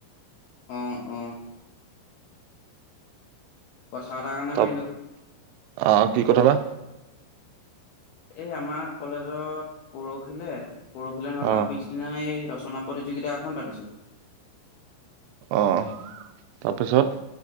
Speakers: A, on the left; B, on the right.
A: অ-অ। কথাৰ এটাৰ কাৰণে
B: তাত
A: মাৰিলো
B: আহ কি কথা বাা?
A: এই আমাৰ কলেজত পৰহিলে পৰহিলে নহয়
B: অ
A: তাৰ পিছদিনা এই ৰচনা প্ৰতিযোগিতা এখন পাতিছে।
B: অহ তাৰপিছত?